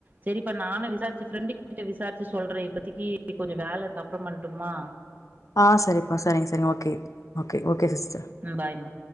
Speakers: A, on the right; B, on the left.
A: செரிப்பா நானு விசாரிச்சு ஃப்ரெண்டு கிட்ட விசாரிச்சு சொல்றே இப்பத்திக்கி கொஞ்ச வேல இருக்கு அப்றம் பண்ணட்டுமா
B: ஆ சரிப்பா சரிங்க சரிங்க ஓகே ஓகே ஓகே சிஸ்
A: ம் பாய்மா